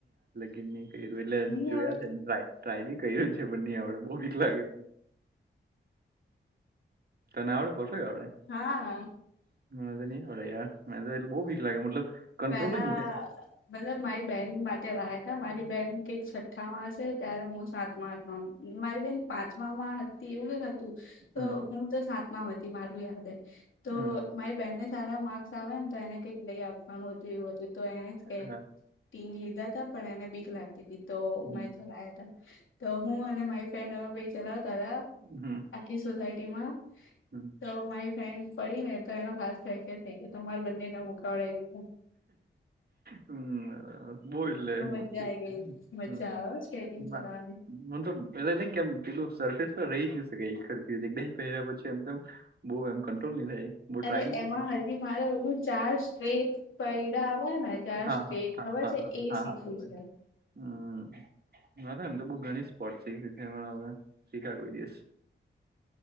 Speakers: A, on the right; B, on the left.
A: ન કર્યું એટલે
B: નહી
A: જોયા
B: આવડતું
A: છે ટ્રાય બી કર છે બીક લાગે તને આવડે ક આવે
B: હા
A: નહી આવડે બીક લાગે મતલબ કંટ્રોલ
B: પેલા
A: જ ની થાય
B: મતલબ મારી બેહેન માટે વાતત મારી બેન કઈક છઠ્ઠા માં હશે ત્યારે હું સાતમા આઠ માં મારી બેન પાંચ હતી એવું ક હતું
A: હમ
B: તો હું તો સાતમાં હતી મારું યાદ તો
A: હમ
B: મારી બેનને સારા માર્ક્સ આવે ને તો એને કઈક લઈ આપે વાનું હતું એવું હતું તો એને કે
A: હા
B: ટીંગ લીધા ત પણ એને બીક લાગતા તો
A: હમ
B: મે ચલાયા ત તો હું અને મારી ફ્રેન્ડ અમે ચલાવ તારા
A: હમ
B: આખી સોસાયટી માં
A: હમ
B: તો મારી ફન પડી ને તો એનો હાથ ક્યાં ત્યાં થઈ ગયો તો મારે બંને મુખાવડાાવીધું
A: હમ બરાબર બહ એટલે મુશ્કેલ
B: મજા આઈ ગઈ
A: હમ
B: મજા આવે સ્કેટિંગ ચલાવવાની
A: હ તો એલે ન કેમ પિલું સર્ફિસ રહી જ ન શકે ખર એક દહી પહેર્યા પછી એમમ બહુ એમ કંટ્રોલ નહી થાય બહુ ટ્રાય
B: અરે
A: ની
B: એમાં
A: કર્યું
B: હજી મારે ઓલું ચાર સ્ટ્રેટ પૈડા આવે ને તં
A: હા
B: સ્ટ્રેટ
A: હા હા
B: ખબર
A: હા
B: છે
A: હા
B: એ
A: હા
B: શીખવ
A: હા ખબર
B: છે
A: હમ ના એમ તો બહ ઘણી સ્પોટ શીખ છે હ શીખાય કોઈ દિવસ